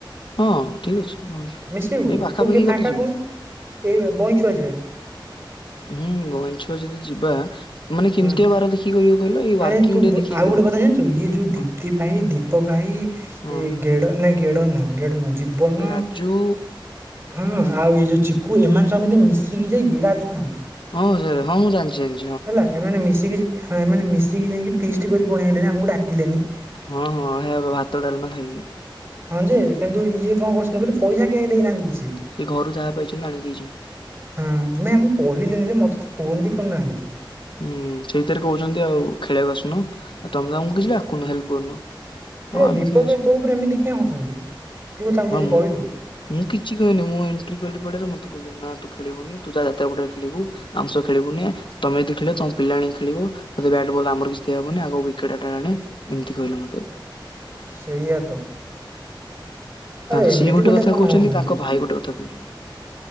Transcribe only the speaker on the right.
ମିଶିବୁ
ତୁ କିଏ ଫାଙ୍କା
କୁନ ଏଇ ବଇଛୁଆ ଯିବା
ହଁ
ଆରେ
ତୁ
ଆଉ ଗୋଟେ
କଥା ଜାଣିଛୁ ଇଏ ଯୋଉ
ଦୀପ୍ତି ଭାଇ ଦୀପକ ଭାଇ
ଏ ଗେଡ ନା ଗେଡ ନୁହଁ ଗେଡ ନୁହଁ ବନ
ହଁ, ଆଉ ଏଇ ଯୋଉ ଚିକୁ ଏମାନେ ତ ଏମିତି ମିଶିକି ଯାଇକି ଇରାଜୁ ନ
ହେଲା ଏମାନେ ମିଶିକିଁ ଏମାନେ ମିଶିକି ଯାଇକି ଫିଷ୍ଟ କରି ଥ୍ୟପେଇଳଳନକରିକିଲେଣି ଆମକୁ ଡାକିଲେନି
ହଁ ଯେ, କିନ୍ତୁ ଇଏ କଣ କରୁଛନ୍ତି? କହିଲି ପଇସା କେ ଦେଇନାହାନ୍ତି କିଛି।
ହଁ, ନାଇ ମୁଁ କହିଲିନି ଯେ ମତେ ତ ଫୋନ ବି କରି ନାହାନ୍ତି।
ଆରେ
ଦୀପକ
ଭ ତୋ ଉପରେ ଏମିତି କିଏ ହସୁଛନ୍ତି। ତୁ ତାଙ୍କୁ
କିଛି
କହିଲୁ‌?
ସେଇଆ ତ। ଆରେ
ଏମିତି
କଣ
ହଉଛନ୍ତି